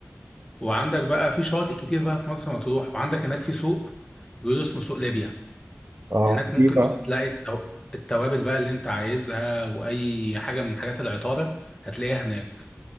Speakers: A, on the left; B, on the right.
A: وعندك بقى في شواطئ كتير بقى في مرسى مطروح وعندك هناك في سوق بيقولوا اسمه سوق ليبيا
B: اه
A: هناك ممكن
B: في بقى
A: بقى تلاقي التو... التوابل بقى اللي انت عايزها واي حاجه من حاجات العطاره هتلاقيها هناك